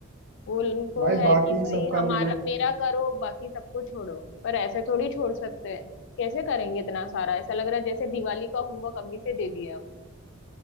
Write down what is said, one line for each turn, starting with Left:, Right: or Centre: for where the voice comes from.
Left: वो उनको
Right: भाई
Left: है
Right: बाकी
Left: कि भाई
Right: सबका
Left: हमारा
Right: भी है
Left: मेरा करो बाकी सबको छोड़ो पर ऐसे थोड़ी छोड़ सकते हैं कैसे करेंगे इतना सारा ऐसा लग रहा है जैसे दिवाली का होमवर्क अभी से दे दिया है।